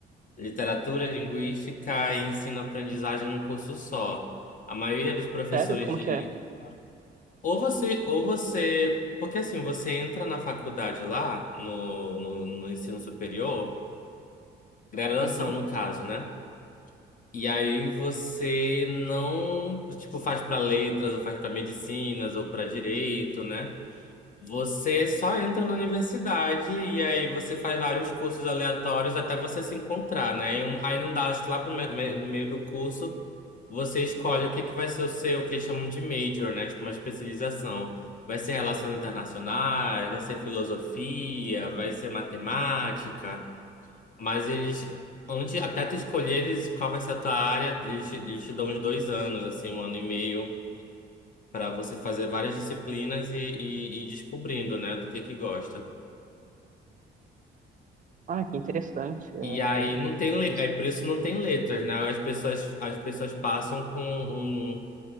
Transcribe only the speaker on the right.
Sério? Como
que
é?
Uhum.
Ah, que interessante. É,
isso-